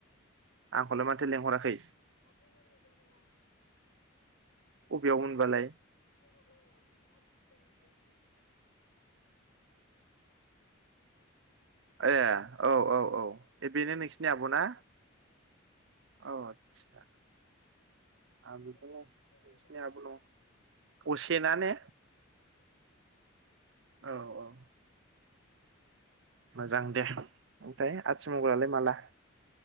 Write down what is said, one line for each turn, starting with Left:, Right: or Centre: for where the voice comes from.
Right: आंखौलाय
Left: दाख्लै
Right: माथो लेंहराखै
Left: नों दाख्लै नों नुदोंमोन ना।
Right: अबेयाव
Left: बुंहर-बुंहरलायनाया
Right: मोनबालाय
Left: नोङो हाथि फुटानिसो दोनाया।
Right: ए औ औ। औ ओ
Left: उम
Right: बेनो नोंसिनि आब ना?
Left: उम
Right: औ आतसा। आं बेखौनो
Left: उन्दैसिनसो नुयोदा
Right: नोंसिनि
Left: आंनि
Right: आब न असेना ने?
Left: औ अस्से।
Right: औ औ। मोजां दे ओमफ्राय आथि मंगलालाय माला?